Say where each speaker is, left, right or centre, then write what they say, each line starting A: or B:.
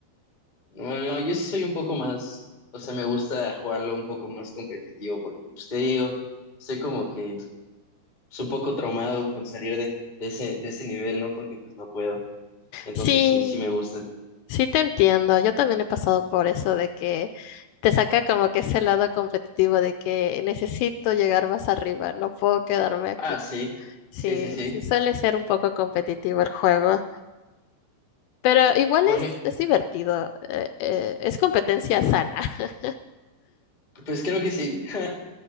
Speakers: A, on the left (about 25°); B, on the left (about 80°).
A: Bueno, no, yo sí soy un poco más, o sea, me gusta jugarlo un poco más competitivo porque pues te digo... Soy como que es un poco traumado con salir de, de ese, de ese nivel, ¿no? Porque pues no puedo. Entonces
B: Sí,
A: sí, sí me gusta.
B: Sí te entiendo, yo también he pasado por eso de que te saca como que ese lado competitivo de que necesito llegar más arriba, no puedo quedarme aquí.
A: Ah, sí,
B: Sí,
A: sí, sí, sí.
B: sí suele ser un poco competitivo el juego, pero igual
A: Porque,
B: es, es divertido, eh, eh, es competencia sana. <laughs>
A: pues creo que sí. <laughs>